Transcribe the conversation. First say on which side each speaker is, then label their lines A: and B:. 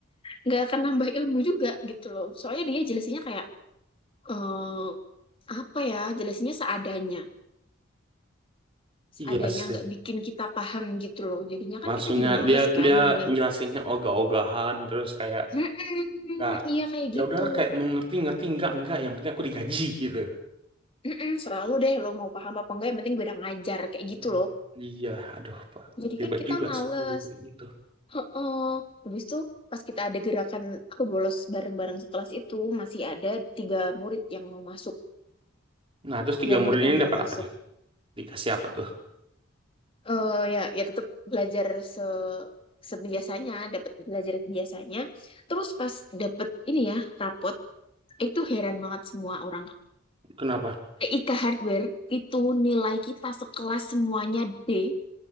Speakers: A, on the left (about 25°); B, on the right (about 25°).
A: nggak akan nambah ilmu juga gitu loh. Soalnya dia jelasinnya kayak eh apa ya, jelasinnya seadanya, seadanya
B: iya sih.
A: nggak bikin kita paham gitu loh. Jadinya kan
B: Maksudnya
A: kita juga males
B: dia
A: kan
B: dia
A: dengan
B: jelasinnya ogah-ogahan terus kayak
A: "Mm-mm,
B: nggak
A: iya kayak
B: ya
A: gitu,
B: udahlah kayak mau ngerti ngerti enggak enggak yang penting aku digaji gitu.
A: Mm-mm, serah deh lo mau paham apa enggak, yang penting gue udah ngajar kayak gitu
B: Hmm,
A: loh.
B: Iya, aduh Pak.
A: Jadi
B: Ribet
A: kan kita
B: juga
A: males.
B: sih guru kayak gitu.
A: Heeh. Habis itu pas kita ada gerakan aku bolos bareng-bareng sekelas itu masih ada tiga murid yang mau masuk,
B: Nah, terus tiga
A: tiga
B: murid
A: murid
B: ini
A: yang mau
B: dapat
A: masuk.
B: apa nih? Dikasih apa tuh?
A: Eh ya ya tetap belajar se sebiasanya, dapat belajar biasanya. Terus pas dapet ini ya rapot, itu heran banget semua orang.
B: Kenapa?
A: TIK Hardware itu nilai kita sekelas semuanya D